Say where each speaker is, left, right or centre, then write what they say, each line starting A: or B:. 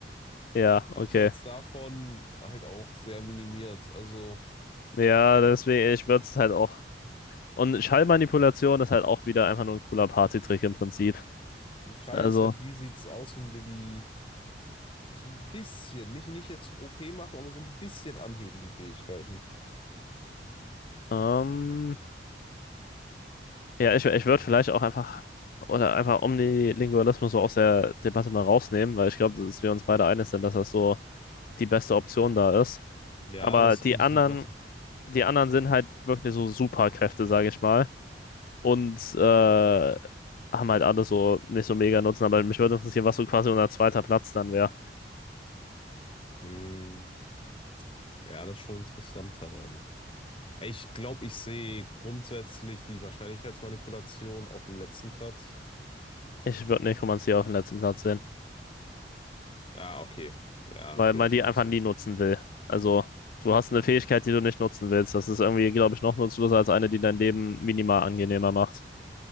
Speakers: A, on the left; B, on the left.
A: ja,
B: abseits
A: okay.
B: davon halt auch sehr minimiert. Also
A: Ja, deswegen, ich würde es halt auch. Und Schallmanipulation ist halt auch wieder einfach nur ein cooler Partytrick im Prinzip.
B: die Frage
A: Also,
B: ist halt, wie sieht's aus, wenn wir die So ein bisschen, nicht, nicht jetzt OP machen, aber so ein bisschen anheben die Fähigkeiten.
A: ähm. Ja, ich, ich würde vielleicht auch einfach, oder einfach Omnilingualismus so aus der Debatte mal rausnehmen, weil ich glaube, dass wir uns beide einig sind, dass das so die beste Option da ist.
B: Ja,
A: Aber
B: das
A: die
B: könnte
A: anderen,
B: ich dir. Warte.
A: die anderen sind halt wirklich so Superkräfte, sage ich mal. Und äh, haben halt alle so nicht so mega Nutzen. Aber mich würde interessieren, was so quasi unser zweiter Platz dann wäre.
B: Hm, Ja, das ist schon interessanter dann. Ich glaube, ich sehe grundsätzlich die Wahrscheinlichkeitsmanipulation auf dem letzten Platz.
A: Ich würde Nekromantie auf den letzten Platz sehen,
B: Ah, okay. Ja,
A: weil
B: okay,
A: man
B: das
A: die
B: musst
A: einfach
B: du
A: nie
B: wirklich.
A: nutzen will. Also, du hast eine Fähigkeit, die du nicht nutzen willst. Das ist irgendwie, glaube ich, noch nutzloser als eine, die dein Leben minimal angenehmer macht.